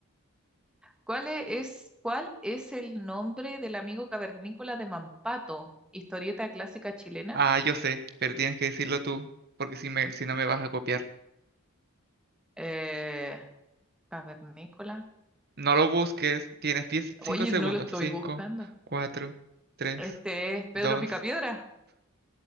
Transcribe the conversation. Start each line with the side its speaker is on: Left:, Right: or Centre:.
Centre: ¿Cuál e-, es, cuál es el nombre del amigo cavernícola de Mampato? Historieta clásica chilena.
Right: Ah, yo sé, pero tienes que decirlo tú, porque si me, si no me vas a copiar.
Centre: Eh, cavernícola.
Right: No lo busques. Tienes 10,
Centre: Oye,
Right: 5 segundos.
Centre: no lo estoy
Right: 5,
Centre: buscando.
Right: 4, 3,
Centre: Este es Pedro
Right: 2.
Centre: Picapiedra.